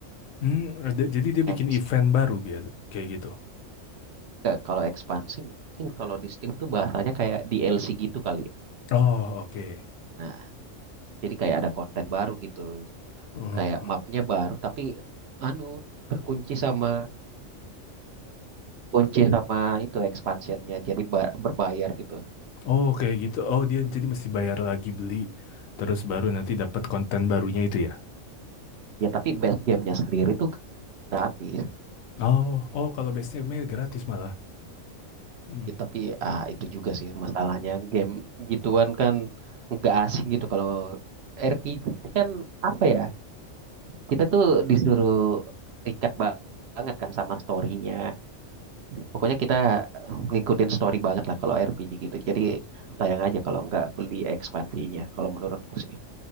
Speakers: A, on the left; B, on the right.
A: Hmm, ada- jadi dia
B: Ya,
A: bikin
B: meskipun
A: event baru biasa kayak gitu.
B: nggak- kalau ekspansi mungkin kalau di Steam tuh bahasanya kayak DLC gitu kali ya.
A: Oh, oke.
B: Nah, jadi kayak ada konten baru gitu.
A: Hmm,
B: Kayak
A: hmm. hmm.
B: mapnya baru, tapi anu terkunci sama kunci sama itu expansionnya jadi ba- berbayar gitu.
A: Oh, kayak gitu. Oh, dia jadi mesti bayar lagi beli terus baru nanti dapat konten barunya itu ya.
B: Ya tapi base gamenya sendiri tuh gratis.
A: Oh, oh kalau base nya gratis malah. Hmm.
B: Ya, tapi ah, itu juga sih masalahnya game gituan kan nggak asing gitu kalau RPG kan apa ya kita tuh disuruh terikat ba- banget kan sama storynya pokoknya kita ngikutin story banget lah kalau RPG gitu jadi sayang aja kalau nggak beli ekspansinya kalau menurutku sih